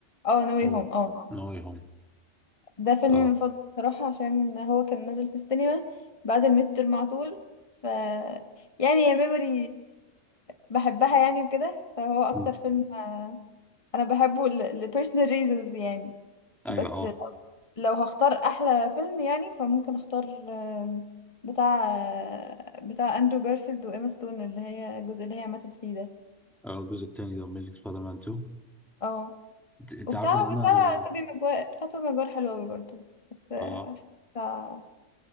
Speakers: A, on the left (about 25°); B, in the centre.
A: اه نو واي
B: اه
A: هوم اه آه.
B: نو واي هوم
A: ده فيلمي
B: اه
A: المفضل بصراحة عشان هو كان نازل في السينما بعد الميد ترم على طول ف يعني يا ميموري بحبها يعني وكده فهو أكتر
B: مم.
A: فيلم أنا بحبه ل ل- personal reasons يعني
B: ايوه
A: بس
B: اه
A: لو هختار أحلى فيلم يعني فممكن أختار آم، بتاع آه، بتاع أندرو جارفيلد وإيما ستون اللي هي الجزء اللي هي ماتت فيه ده
B: آه، الجزء التاني ده اميزنج سبايدر مان 2
A: اه
B: انت أنت
A: وبتاع
B: عارفه اللي انا
A: بتاع توبي ماجواير بتاع توبي ماجواير حلو أوي برضه بس آه،
B: اه
A: بتاع